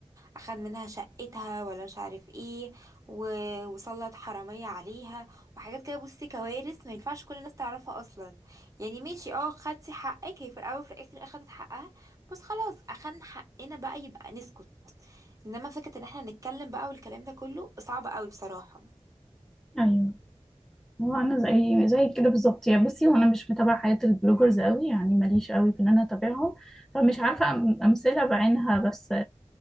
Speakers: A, on the right (about 25°); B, in the centre.
A: اخد منها شقتها ولا مش عارف ايه و... وسلط حرامية عليها وحاجات كده بصي كوارث ما ينفعش كل الناس تعرفها اصلا يعني ماشي اه خدتي حقك هي في الاول وفي الاخر اخدت حقها بس خلاص اخدنا حقنا بقى يبقى نسكت انما فكرة ان احنا نتكلم بقى والكلام ده كله صعب قوي بصراحة
B: ايوه هو انا زي زي كده بالظبط يا بصي وانا مش متابعه حياه البلوجرز قوي يعني ماليش قوي في ان انا اتابعهم فمش عارفه أم- امثله بعينها بس